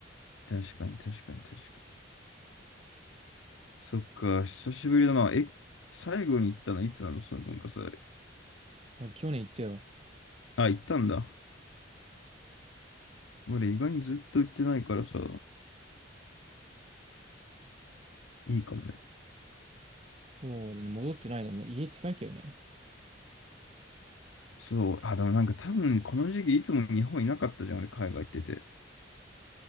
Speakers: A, on the left (about 85°); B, on the right (about 30°).
A: 確かに確かに確かに。そっか、久しぶりだな。え、最後に行ったのいつなのその文化祭。
B: ら去年行ったよ。
A: あ、行ったんだ。俺意外にずっと行ってないからさ、いいかもね。
B: そうだね、戻ってないでもう家近いけどね。
A: そう、あ、でもなんか多分この時期いつも日本いなかったじゃん、俺海外行ってて。